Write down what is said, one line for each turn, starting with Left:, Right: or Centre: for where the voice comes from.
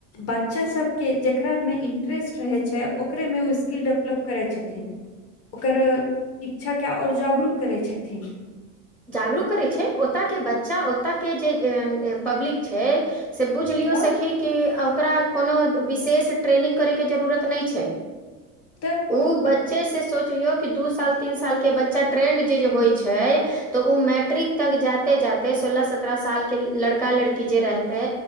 Left: बच्चा सबके जेकरामे इंट्रेस्ट रहै छै ओकरेमे ओ स्किल डेवलप करै छथिन ओकर इच्छा के आओर जागरूक करै छथिन
Centre: जागरूक करै छै ओतयके बच्चा ओतऽ के जे पब्लिक छै से बुझ लियौ
Left: हँ
Centre: सखी कि ओकरा कोनो विशेष ट्रेनिंग करैके जरूरत नहि छै
Left: तऽ
Centre: ओ बच्चे से सोचलियो कि दू साल तीन साल के बच्चा ट्रेंड जे जे होइ छै तऽ ओ मैट्रिक तक जाते जाते सोलह सत्ररह सालके लड़का लड़की जे रहतै